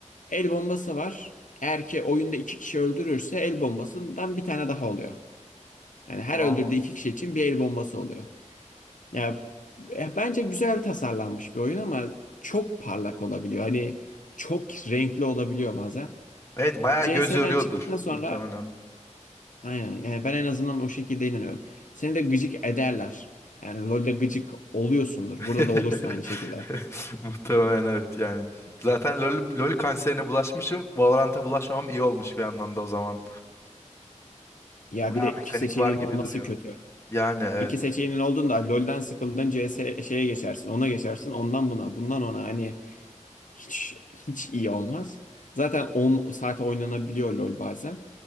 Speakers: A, on the left; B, on the left.
A: El bombası var. Eğer ki oyunda iki kişi öldürürse el bombasından bir tane daha oluyor. Yani her
B: Aa.
A: öldürdüğü iki kişi için bir el bombası oluyor. Ya e, bence güzel tasarlanmış bir oyun ama çok parlak olabiliyor. Hani çok renkli olabiliyor bazen.
B: Evet bayağı
A: CS'den
B: göz yoruyordur
A: çıktıktan sonra
B: muhtemelen.
A: aynen yani ben en azından o şekilde inanıyorum. Seni de gıcık ederler. Yani LoL'de gıcık oluyorsundur.
B: <laughs>
A: Burada da olursun aynı şekilde.
B: Muhtemelen evet yani. Zaten LoL, LoL kanserine bulaşmışım. Valorant'a bulaşmamam iyi olmuş bir yandan da o zaman.
A: Ya
B: Bayağı
A: bir de iki
B: mekanik
A: seçeneğin
B: var gibi
A: olması
B: duruyor.
A: kötü.
B: Yani evet.
A: İki seçeneğin olduğunda LoL'den sıkıldın CS şeye geçersin. Ona geçersin. Ondan buna, bundan ona hani hiç hiç iyi olmaz. Zaten on saat oynanabiliyor LoL bazen.